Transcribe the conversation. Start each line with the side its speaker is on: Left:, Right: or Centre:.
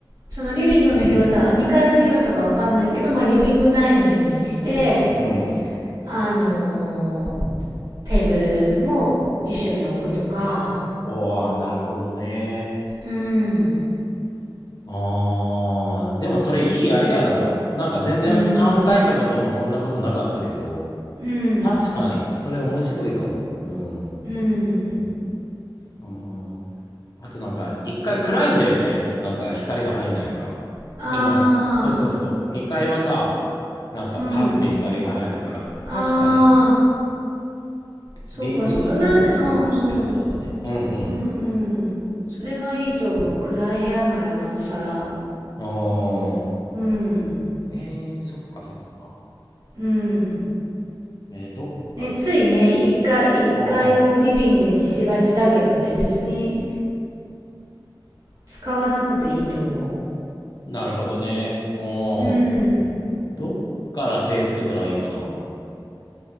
Right: そのリビングの広さ、2階の広さがわかんないけど、まあリビングダイニングにして、
Left: うん。
Right: あのー、テーブルも一緒に置くとか、
Left: おー、なるほどね。
Right: うん、
Left: あー、でもそれいいアイデアだな。なんか全然考えたこともそんなことなかったけど、
Right: うん、うん、
Left: 確かに、それ面白いかも。うん。
Right: うん、
Left: うんあとなんか、一回暗いんだよね。なんか光が入んないから。
Right: あ
Left: でも、そうそうそう。二階はさ、なんかパンって光が入るから、
Right: ー、うん、あー、
Left: 確かに
Right: そうかそうか、
Left: リビングルームとしてはそうだね。
Right: なんで、うん、うん、
Left: うんうん。
Right: うん、うん。それがいいと思う。暗い部屋ならなおさら。
Left: うーん。
Right: うん。
Left: えー、そっかそっか。
Right: うん。
Left: えー、どっから手つけ、
Right: ね、ついね、一階、一階をリビングにしがちだけどね、
Left: あー
Right: 別に使わなくていいと思
Left: なるほどね。あー
Right: う。うん。
Left: どっから手つけたらいいかな。